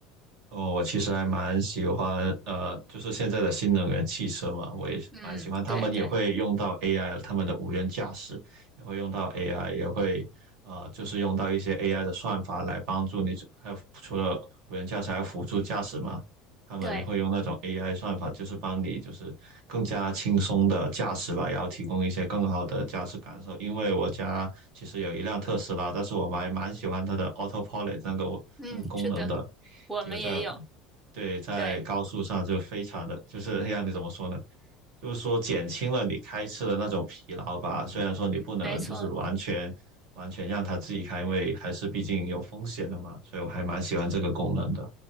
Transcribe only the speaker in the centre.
嗯，
对对
对，
嗯，是的，我们也有，
对，
没错。